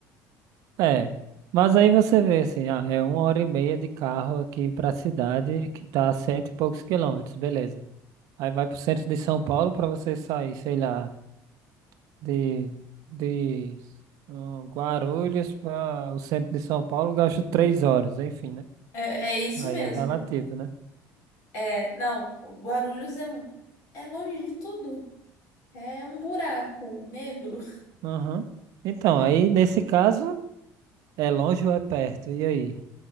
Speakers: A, on the right; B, on the left.
A: é. Mas aí você vê assim, ah, é uma hora e meia de carro aqui pra cidade que tá a cento e poucos quilômetros, beleza. Aí vai pro centro de São Paulo pra você sair, sei lá, de, de ah, Guarulhos para o centro de São Paulo, gasto três horas, enfim, né?
B: É, é isso
A: Aí
B: mesmo.
A: é relativo, né?
B: É, não, Guarulhos é, mu- é longe de tudo. É um buraco negro.
A: Aham. Então, aí nesse caso, é longe ou é perto? E aí?